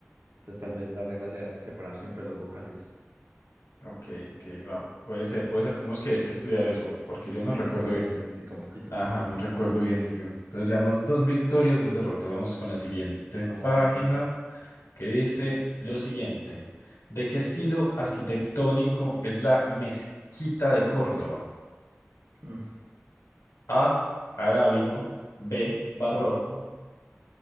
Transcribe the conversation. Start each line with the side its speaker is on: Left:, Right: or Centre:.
Right: Entonces, tal vez la regla sea separar siempre las vocales.
Left: ok, ok, va. Puede ser, puede ser. Tenemos que, que estudiar eso, porque yo no recuerdo
Right: Estudiar
Left: bien.
Right: lingüística un poquito.
Left: Ajá, no recuerdo bien el yo. Entonces, llevamos dos victorias, dos derrotas. Vamos con la siguiente
Right: Vamos
Left: página,
Right: en cuenta.
Left: que dice lo siguiente. ¿De qué estilo arquitectónico es la mezquita de Córdoba?
Right: Mm,
Left: A, arábigo, B, barroco,